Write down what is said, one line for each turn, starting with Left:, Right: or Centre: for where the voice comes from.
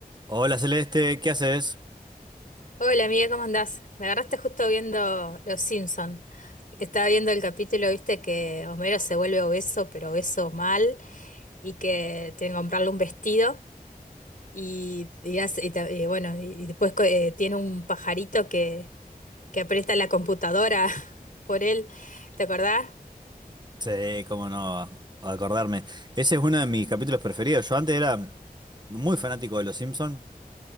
Right: Hola Celeste, ¿qué haces?
Left: Hola amiga, ¿cómo andás? Me agarraste justo viendo Los Simpson. Estaba viendo el capítulo, viste, que Homero se vuelve obeso, pero obeso mal, y que tiene que comprarle un vestido, y, y hace- y ta- y bueno, y, y después co- eh, tiene un pajarito que, que aprieta la computadora <laughs> por él. ¿Te acordás?
Right: Sí, cómo no acordarme. Ese es uno de mis capítulos preferidos. Yo antes era muy fanático de Los Simpsons.